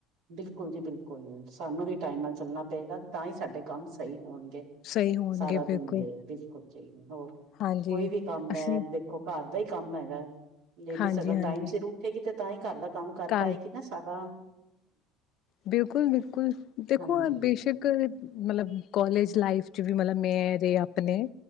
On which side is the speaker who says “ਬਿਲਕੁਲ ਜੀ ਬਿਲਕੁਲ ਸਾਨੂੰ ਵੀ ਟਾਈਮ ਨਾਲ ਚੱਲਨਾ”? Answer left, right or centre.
Right